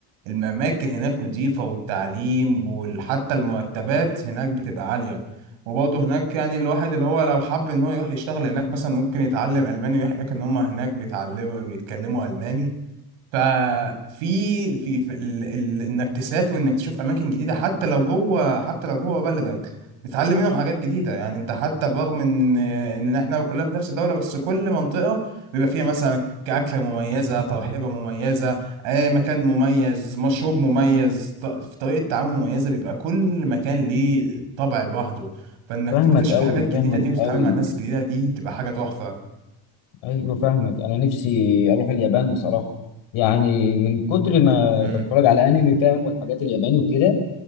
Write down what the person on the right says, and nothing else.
الأماكن هناك نظيفة والتعليم وحتى المرتبات هناك بتبقى عالية وبرضه هناك يعني الواحد اللي هو لو حب ان هو يروح يشتغل هناك مثلا ممكن يتعلم ألماني ويروح هناك ان هم هناك بيتعلموا بيتكلموا ألماني ففي في, في ال... ال... انك تسافر وانك تشوف اماكن جديده حتى لو جوه حتى لو جوه بلدك بتتعلم منهم حاجات جديده يعني انت حتى برغم ان ان احنا كلنا في نفس الدوله بس كل منطقه بيبقى فيها مثلا كاكله مميزه ترحيبه مميزه آه مكان مميز مشروب مميز ط- في طريقه تعامل مميزه بيبقى كل مكان ليه طبع لوحده فانك
تكتشف
حاجات
جديده دي
وتتعامل مع ناس جديده دي بتبقى حاجه تحفه
امم